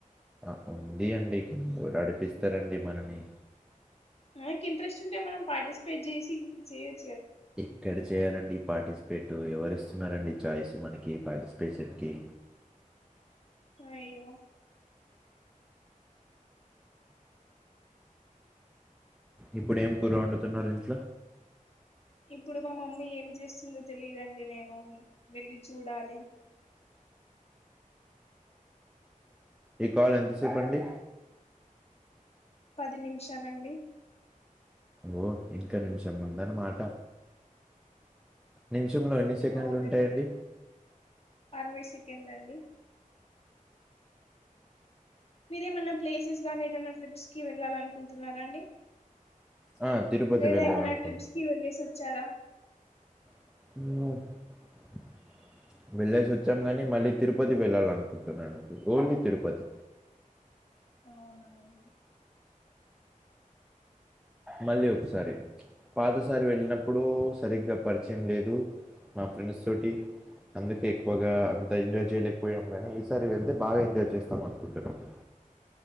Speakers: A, in the centre; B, on the left.
A: ఆ ఉందీ అండి ఎవరాడిపిస్తరండీ మనని
B: మన కి ఇంట్రెస్ట్ ఉంటే మనం పార్టిసిపేట్ చేసి చేయొ
A: ఇక్కడ చేయాలండి పార్టిసిపేటు ఎవరు ఇస్తున్నారండి ఛాయిస్ మనకి పార్టి పార్సిసిపేషన్ కి
B: అయ్యో
A: ఇప్పుడేం కూర వండుతున్నారు ఇంట్ల
B: ఇప్పుడు మా మమ్మీ ఏం చేస్తుందో తెలియదండీ నేను వెళ్ళి చూడాలి
A: ఈ కాల్ ఎంతసేపండి
B: పది నిమిషాలండి
A: ఓ ఇంక నిమిషం ఉందన్నమాట నిమిషంలో ఎన్ని సెకండ్లుంటాయండి
B: అవునండి అరవై సెకండ్లండి మీరేమన్నా ప్లేసెస్ గానీ ఏదన్నా ట్రిప్స్ కి వెళ్ళాలనుకుంటున్నారా అండి
A: ఆ! తిరుపతి
B: లేదా
A: వెళ్ళాలనుకుంటున్నా.
B: ఏమైనా ట్రిప్స్ కి వెళ్ళేసి వచ్చారా
A: <unintelligible>
B: <inaudible>
A: వెళ్ళేసి వచ్చాం కాని మళ్ళీ తిరుపతి వెళ్ళాలనుకుంటున్నానండి ఓన్లీ తిరుపతి
B: అవునవును
A: మళ్ళీ ఒకసారి పాతసారి వెళ్ళినప్పుడూ సరిగ్గా పరిచయం లేదు మా ఫ్రెండ్స్ తోటి అందుకే ఎక్కువగా అంత ఎంజాయ్ చేయలేకపోయాము కానీ ఈసారి వెళ్తే బాగా ఎంజాయ్ చేస్తాం అనుకుంటున్నా అండి